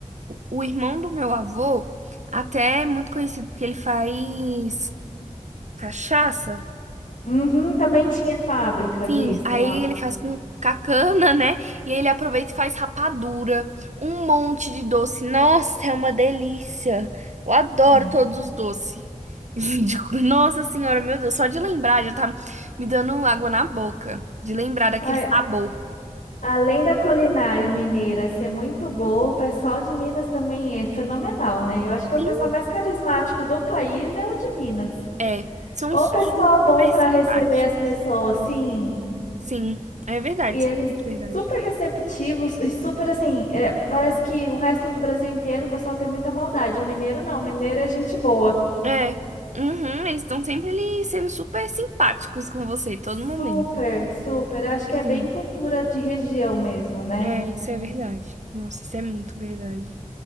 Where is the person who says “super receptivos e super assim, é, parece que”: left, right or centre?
Left